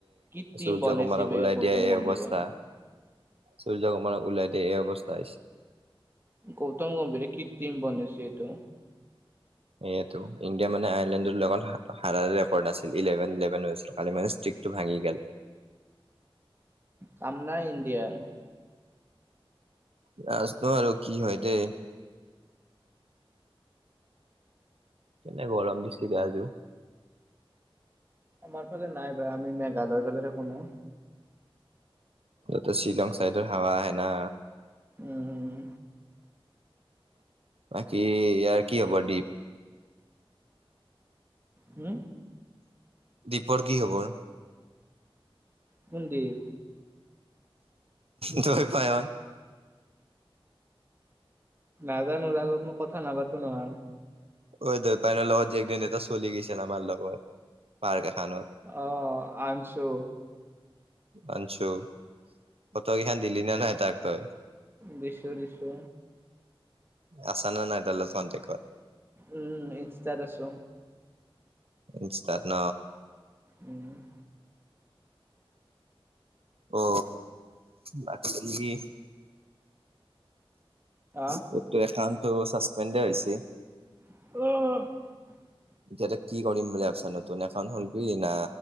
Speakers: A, on the right (about 25°); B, on the right (about 80°).
A: কি টিম
B: সূৰ্য
A: বনাইছে
B: কুমাৰক
A: বে
B: ওলাই
A: গৌতম
B: দিয়া এই
A: গম্ভীৰে
B: অৱস্থা সূৰ্য্যকুমাৰক ওলাই দিয়া এই অৱস্থা হৈছে।
A: গৌতম গম্ভীৰে, কি টিম বনাইছে এইটো?
B: এইটো, ইণ্ডিয়া মানে আয়াৰলেণ্ডৰ লগত হাৰাৰে ৰেকৰ্ড আছিল, ইলেভেন হৈ কালি মই এটো ভাঙি গেল।
A: কাম নাই ইণ্ডিয়াৰ
B: নাজানোঁ আৰু, কি হয় দে কেনে গৰম দিছেবা আজিও
A: আমাৰ ফালে নাই ভাই, আমি মেঘালয়ৰ ফালে থাকো ন।
B: তো, শ্বিলং চাইডৰ হাৱা আহে না
A: উম
B: বাকী, ইয়াৰ কি হবৰ দীপ?
A: হম
B: দ্বীপৰ কি খবৰ?
A: কোন দ্বীপ?
B: দই পাইহত।
A: নাজানো, তাৰ লগত মই কথা নাপাতো নহয়।
B: ঐ দেউতাকৰ লগত যে একদিন এটা ছোৱালী গৈছিল আমাৰ লগত পাৰ্ক এখনত
A: আহ, আনছু
B: আনছো, ফটোকেইখন দিলি নে নাই তাক তই
A: দিছো-দিছো।
B: আছা নে নাই, তাৰ লগত কনটেক্টত?
A: উম, ইনষ্টাত আছো।
B: ইনষ্টাত ন
A: উম
B: অ, লাকলি
A: আহ
B: তো, তেনখানটো ছাছপেণ্ডে হৈছে।
A: অ
B: এতিয়া কি কৰিম বুলি ভাবিছা নতুন এখন খুলবি না